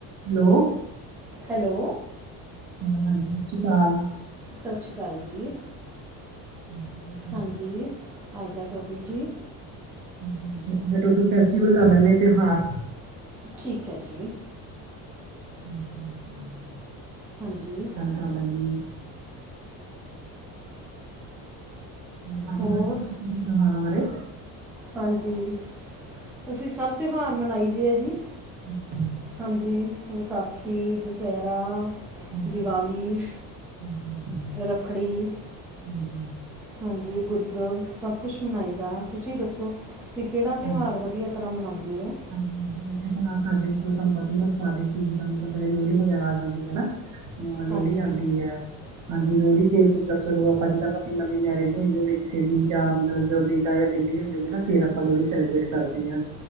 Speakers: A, on the right; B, in the centre.
A: Hello
B: hello
A: hello ਹਾਂਜੀ, ਸਸ੍ਰੀ ਕਾਲ।
B: ਸਸ੍ਰੀ ਕਾਲ ਜੀ।
A: <inaudible>
B: ਹਾਂਜੀ, ਆੱਜ ਦਾ ਟੋਪਿਕ ਜੇ
A: ਹੂੰ, ਹੂੰ ਫੈਸਟੀਵਲ ਕਾਰ ਲੈਂਦੇ ਤੇਹਾਰ।
B: ਠੀਕ ਐ ਜੀ।
A: ਹੂੰ, ਹੂੰ, ਹੂੰ।
B: ਹਾਂਜੀ।
A: <unintelligible> ਹਾਂਜੀ,
B: ਹੋਰ
A: ਦੱਸੋ ਫੇਰ ਤੂਸੀ ਤੇਓਹਾਰਾਂ ਬਾਰੇ?
B: ਹਾਂਜੀ, ਤੂਸੀਂ ਸਬ ਤਿਉਹਾਰ ਮਨਾਈ ਦੇ ਆ ਜੀ।
A: ਹਾਂਜੀ,
B: ਹਾਂਜੀ, ਵਸਾਖੀ, ਦੁਸੈਰਾ
A: ਹਾਂਜੀ,
B: ਦਿਵਾਲੀ,
A: ਹਾਂਜੀ,
B: ਰੱਖੜੀ
A: ਹਾਂਜੀ,
B: ਹਾਂਜੀ, ਗੁਰ ਪੂਰਬ ਸਬ ਕੁਛ ਮਨਾਈ ਦਾ ਤੁਸੀਂ ਦੱਸੋ? ਕੀ ਕੇੜਾ ਤੇਹਾਰ
A: ਹਾਂਜੀ।
B: ਵਦੀਆ ਤਰ੍ਹਾਂ ਮਨਾਂਦੇ ਆ।
A: ਹਾਂਜੀ, ਏਥੇ ਤਾਂ ਨਾ ਸਾਡੇ ਥੋਨੂੰ ਪਤਾ ਈ ਆ ਸਟਾਟੀਂਗ ਚ ਜਿਦਾਂ ਮਤਲਬ ਲੋੜੀ ਵਗੈਰਾ ਆ ਜਾਂਦੀ ਆ ਹਨਾ। ਹਾਂ, ਲੋੜੀ
B: ਹਾਂਜੀ
A: ਆਂਦੀ ਐ। ਹਾਂਜੀ, ਲੋੜੀ ਤੇ ਮਤਲਬ ਚਲੋ ਆਪਾਂ ਜਿੱਦਾ ਕਪਲ ਨਵੀਂ ਮੈਰਜ ਹੋਈ ਹੋਵੇ ਕਿਸੇ ਦੀ ਜਾਂ ਮਤਲਬ ਜਦੋਂ ਵੀ ਚਾਏ ਬੇਟੀ ਹੋਈ ਹੋਵੇ ਨਾ ਫੇਰ ਆਪਾਂ ਲੋਹੜੀ ਸੈਲੀਬ੍ਰੇਟ ਕਰਦੇ ਆਂ।